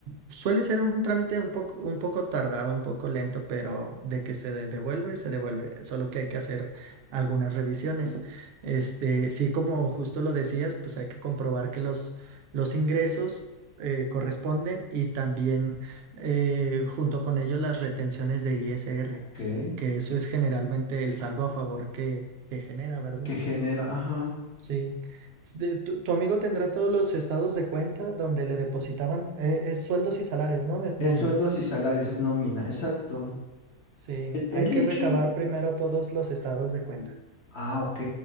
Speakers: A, on the right (about 90°); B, on the left (about 45°).
A: suele ser un trámite un poco, un poco tardado, un poco lento, pero de que se devuelve, se devuelve, solo que hay que hacer algunas revisiones. Este, sí, como justo lo decías, pues hay que comprobar que los, los ingresos eh, corresponden y también eh, junto con ello las retenciones de ISR,
B: Ok.
A: que eso es generalmente el saldo a favor que, que genera, ¿verdad?
B: Que genera, ajá.
A: Sí. De- tu, tu amigo tendrá todos los estados de cuenta donde le depositaban, eh, es sueldos y salarios, ¿no? Es
B: Es
A: nóminas.
B: sueldos y salarios, es nómina, exacto.
A: Sí,
B: El,
A: hay
B: el de
A: que recabar
B: Chu,
A: primero todos los estados de cuenta.
B: ah, ok,